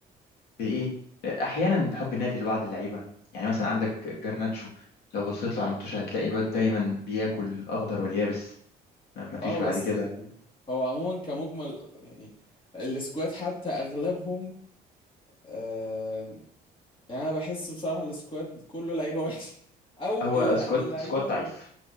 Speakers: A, on the left; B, on the left.
A: بايه احيانا حب النادي لبعض اللعيبه يعني مثلا عندك جرناتشو لو بصيت له على المطوشه هتلاقي الواد دايما بياكل اخضر واليابس ما فيش
B: اه
A: بعد
B: بس
A: كده
B: يعني هو عموما كمجمل يعني السكواد حتى اغلبهم آم، يعني انا بحس بصراحه السكواد كله لعيبه وحشه <laughs> او
A: هو
B: الل-
A: سكواد
B: اللعيبه
A: سكواد ضعيف